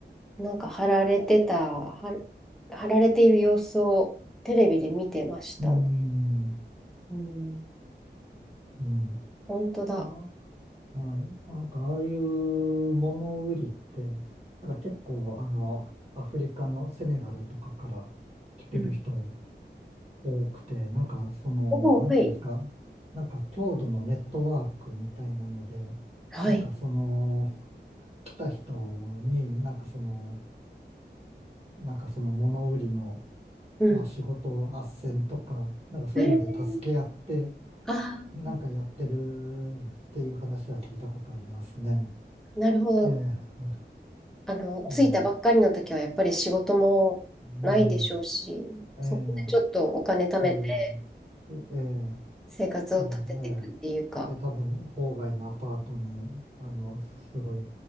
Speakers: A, in the centre; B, on the right.
A: なんか貼られてた、は貼られている様子をテレビで見てましたね。
B: うん。
A: うん、
B: うん。
A: 本当だ。
B: あ、はい。なんか、ああいう物売りって、なんか結構、あの、アフリカのセネガルとかから来てる人
A: うん
B: 多くて、なんか、その、
A: おーはい。
B: なんていうんですか、なんか、郷土のネットワークみたいなので、
A: はい。
B: なんか、その、来た人に、なんかその、なんかその物売りの、
A: うん。
B: まあ、仕事斡旋とか、なんかそういうので助け合って、
A: えーああ、
B: なんかやってるっていう話は聞いたことありますね。
A: なるほど。
B: ええ、
A: あの、着いたばっかりの時はやっぱり仕事もないでしょうし、
B: ええ、うん、うん、ええ、
A: そこでちょっとお金貯めて
B: そういう、ええ、
A: 生活を立てていくっていうか。
B: うん、ええ。で、多分、郊外のアパートに、あの、すごい